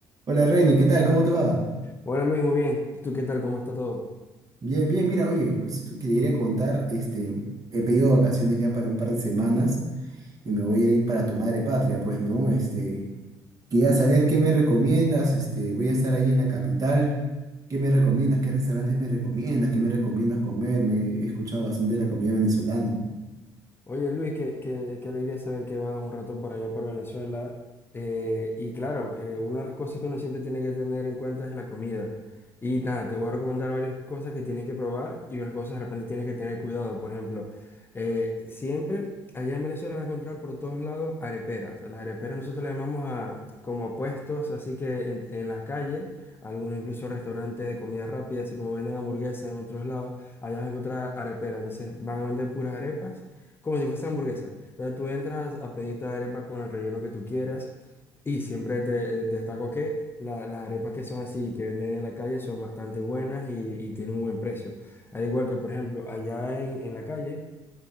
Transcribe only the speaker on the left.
Hola Luis, muy bien. ¿Tú qué tal? ¿Cómo está todo?
Oye, Luis, qué, qué, qué alegría saber que vas un rato por allá por Venezuela. Eh, y claro, eh, una de las cosas que uno siempre tiene que tener en cuenta es la comida. Y nada, te voy a recomendar varias cosas que tienes que probar y unas cosas de repente tienes que tener cuidado. Por ejemplo, eh, siempre allá en Venezuela vas a encontrar por todos lados areperas. Las areperas nosotros le llamamos a, como a puestos, así que en, en las calles, algunos incluso restaurantes de comida rápida, así como venden hamburguesas en otros lados, allá vas a encontrar areperas. Entonces van a vender puras arepas como si fuese hamburguesa. O sea, tú entras a pedirte arepa con el relleno que tú quieras y siempre te eh, destaco que la- las arepas que son así, que venden en la calle, son bastante buenas y, y tienen un buen precio. Al igual que, por ejemplo, allá en, en la calle,